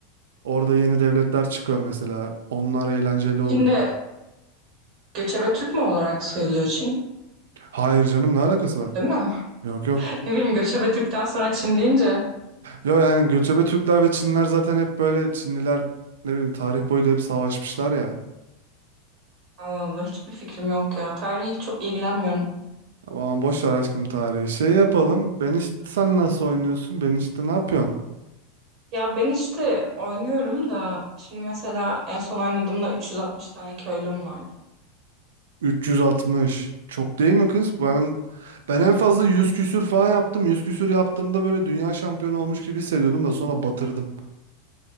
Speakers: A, on the right (about 65°); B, on the right (about 45°).
A: Orada yeni devletler çıkıyor mesela. Onlar eğlenceli
B: Çin'de
A: oluyor. yani.
B: göçebe Türk mü olarak sayılıyor Çin?
A: Hayır canım ne alakası var?
B: Değil mi?
A: Yok yok.
B: <laughs> Ne bileyim göçebe Türk'ten sonra Çin deyince.
A: Yo yani göçebe Türkler ve Çinler zaten hep böyle Çinliler ne bileyim tarih boyu da hep savaşmışlar ya.
B: Allah Allah hiçbir fikrim yok ya. Tarihi çok ilgilenmiyorum.
A: Aman boş ver aşkım tarihi. Şey yapalım. Ben işte sen nasıl oynuyorsun? Ben işte ne yapıyorsun?
B: Ya ben işte oynuyorum da şimdi mesela en son oynadığımda 360 tane köylüm vardı.
A: 360. Çok değil mi kız? Ben ben en fazla 100 küsür falan yaptım. yüz küsür yaptığımda böyle dünya şampiyonu olmuş gibi hissediyordum da sonra batırdım.